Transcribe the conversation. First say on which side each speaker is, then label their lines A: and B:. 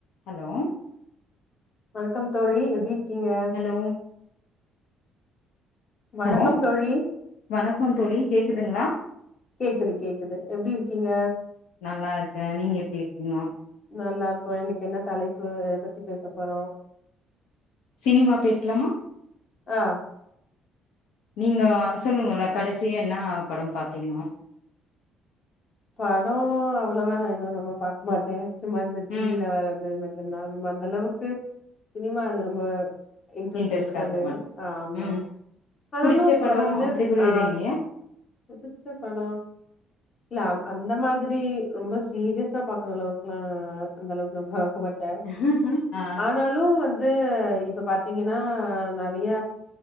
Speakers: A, on the left; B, on the left.
A: hello
B: வணக்கம் தோழி எப்படி இருக்கீங்க
A: ஹலோ
B: வணக்கம்
A: ஹலோ
B: தோழி
A: வணக்கம் தோழி கேக்குதுங்களா
B: கேக்குது கேக்குது எப்டி இருக்கீங்க
A: நல்லா இருக்கே நீங்க எப்டி இருக்கீங்க
B: நல்லா இருக்கோ இன்னைக்கி என்ன தலைப்பு எத பத்தி பேச போறோ
A: சினிமா பேசலாமா
B: ஆ
A: நீங்க சொல்லுங்ளே கடைசியா என்ன படம் பாத்தீங்கோ
B: படோ அவ்ளோவா நா எதுவு ரொம்ப பாக்க மாட்டே சும்மா இந்த டிவில
A: ம்
B: வர இந்த இத மட் டும்தா ரொம்ப அந்த அளவுக்கு சினிமா அது ரொம்ப இன்ட்ரஸ்ட்
A: இன்ட்ரெஸ்ட்
B: இருக்காது
A: காட்ட மாட்
B: ஆமா
A: ம்
B: ஆனாலு
A: புடிச்ச
B: இப்ப
A: படோ
B: வந்து
A: அப்டி கூட
B: ஆ
A: எதுவு இல்லையா
B: புடிச்ச பட இல்ல அந்த மாதிரி ரொம்ப சீரியஸா பாக்குற அளவுக்குல்லா அந்த அளவுக்கு பாக்க மாட்
A: ம் அ
B: னாலு வந்து இப்ப பாத்தீங்கன்னா நெறைய